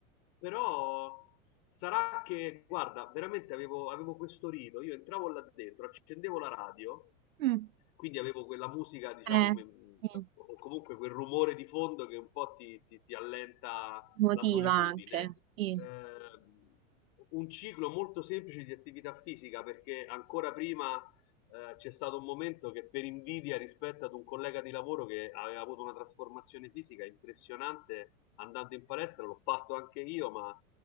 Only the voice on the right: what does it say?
mm,
eh,
sì,
motiva
anche, sì.